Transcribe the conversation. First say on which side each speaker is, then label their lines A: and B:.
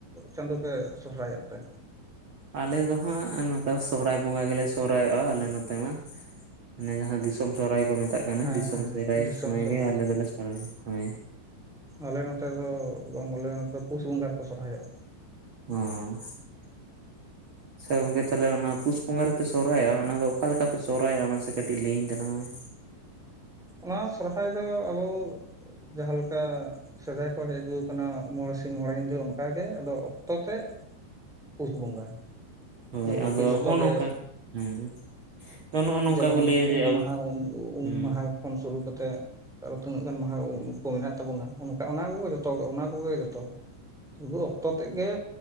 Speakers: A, in the centre; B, on the right (about 50°).
A: ᱪᱟᱸᱫᱳ ᱯᱮ ᱥᱚᱦᱨᱟᱭᱚᱜ ᱛᱮ?
B: ᱟᱞᱮ ᱫᱚ ᱦᱟᱸᱜ ᱱᱚᱝᱠᱟ ᱥᱚᱦᱨᱟᱭ ᱵᱚᱸᱜᱟ ᱜᱮᱞᱮ ᱥᱚᱦᱨᱟᱭᱚᱜᱼᱟ ᱟᱞᱮ ᱱᱚᱛᱮ ᱢᱟ᱾ ᱦᱟᱱᱮ ᱡᱟᱦᱟᱸ ᱫᱤᱥᱚᱢ ᱥᱚᱨᱦᱟᱭ ᱠᱚ ᱢᱮᱛᱟᱜ ᱠᱟᱱᱟ
A: ᱦᱮᱸ
B: ᱫᱤᱥᱚᱢ
A: ᱦᱮᱸ
B: ᱥᱚᱨᱦᱟᱭ
A: ᱫᱤᱥᱚᱢ
B: ᱥᱚᱢᱚᱭ
A: ᱥᱚᱨᱦᱟᱭ
B: ᱜᱮ ᱟᱞᱮ ᱫᱚᱞᱮ ᱥᱚᱨᱦᱟᱭᱟ᱾ ᱦᱳᱭ,
A: ᱟᱞᱮ ᱱᱚᱛᱮ ᱫᱚ ᱵᱟᱝ ᱵᱚᱞᱮ ᱯᱩᱥ ᱵᱚᱸᱜᱟ ᱨᱮᱠᱚ ᱥᱚᱨᱦᱟᱭᱚᱜᱼᱟ᱾
B: <unintelligible>
A: <inaudible>
B: ᱟᱪᱪᱷᱟ ᱜᱚᱝᱠᱮ ᱛᱟᱦᱚᱞᱮ ᱚᱱᱟ ᱯᱩᱥ ᱵᱚᱸᱜᱟ ᱨᱮᱯᱮ ᱥᱚᱦᱨᱟᱭᱚᱜᱼᱟ ᱚᱱᱟᱫᱚ ᱚᱠᱟ ᱞᱮᱠᱟ ᱯᱮ ᱥᱚᱨᱦᱟᱭᱚᱜᱼᱟ ᱢᱟᱥᱮ ᱠᱟᱹᱴᱤᱡ ᱞᱟᱹᱭᱟᱹᱧ ᱛᱟᱞᱟᱝ ᱢᱮ᱾
A: ᱱᱚᱣᱟ ᱥᱚᱨᱦᱟᱭ ᱫᱚ ᱟᱵᱚ ᱡᱟᱦᱟᱸᱞᱮᱠᱟ ᱥᱮᱫᱟᱭ ᱠᱷᱚᱡ ᱦᱮᱡ ᱟᱹᱜᱩ ᱟᱠᱟᱱᱟ ᱢᱚᱬᱮ ᱥᱤᱧ ᱢᱚᱬᱮ ᱧᱤᱫᱟᱹ ᱚᱝᱠᱟ ᱜᱮ, ᱟᱫᱚ ᱚᱠᱛᱚ ᱛᱮ ᱯᱩᱥ ᱵᱚᱸᱜᱟ,
B: ᱦᱳᱭ
A: ᱵᱟᱫᱽ ᱵᱟᱠᱤ
B: ᱟᱫᱚ
A: ᱡᱚᱛᱚᱜᱮ
B: ᱱᱚᱜᱼᱚ ᱱᱚᱝᱠᱟ ᱦᱮᱸ ᱛᱚ ᱱᱚᱜᱼᱚ ᱱᱚᱝᱠᱟ
A: ᱡᱮᱢᱚᱱ
B: ᱠᱚ ᱞᱟᱹᱭᱟ ᱡᱮ
A: ᱩᱢ ᱢᱟᱦᱟ ᱩᱢ
B: ᱦᱩᱸ
A: ᱢᱟᱦᱟ ᱠᱷᱚᱱ ᱥᱩᱨᱩ ᱠᱟᱛᱮᱜ ᱟᱨᱚ ᱛᱤᱱᱟᱹᱜ ᱜᱟᱱ ᱢᱟᱦᱟ ᱠᱚ ᱢᱮᱱᱟᱜ ᱛᱟᱵᱚᱱᱟ ᱚᱱᱠᱟ ᱚᱱᱟ ᱠᱚᱜᱮ ᱡᱚᱛᱚ ᱚᱱᱟ ᱠᱚᱜᱮ ᱡᱚᱛᱚ ᱥᱩᱫᱩ ᱚᱠᱛᱚ ᱛᱮᱫ ᱜᱮ